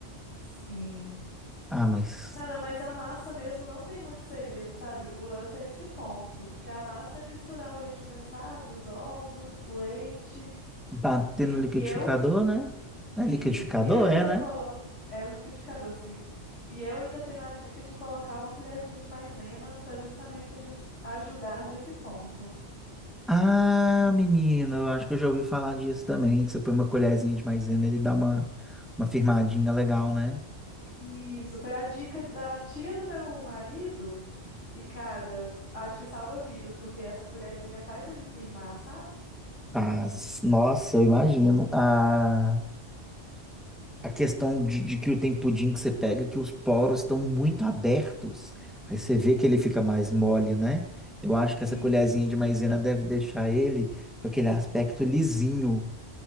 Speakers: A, on the left (about 90°); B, in the centre.
A: Sim.
B: Ah, mas
A: Cara, mas a massa mesmo não tem muito segredo, sabe? O lance é esse ponto, porque a massa é misturar o leite condensado, os ovos, o leite
B: bater
A: e,
B: no liquidificador,
A: e eu
B: né? É
A: isso,
B: liquidificador,
A: e eu ainda
B: é, né?
A: coloco é no liquidificador, sim. E eu ainda tenho a dica de colocar uma colherzinha de maisena para justamente aju- ajudar nesse ponto.
B: Ah, menino, eu acho que eu já ouvi falar disso também. Que você põe uma colherzinha de maisena, ele dá uma, uma firmadinha legal, né?
A: Isso, foi a dica da tia do meu marido. E cara, acho que salva vidas, porque essa colherzinha faz ele firmar, sabe?
B: Faz. Nossa, eu imagino. Ah. a questão de, de que o tem pudim que você pega, que os poros estão muito abertos. Aí você vê que ele fica mais mole, né? Eu acho que
A: Isso.
B: essa colherzinha de maisena deve deixar ele com aquele aspecto lisinho.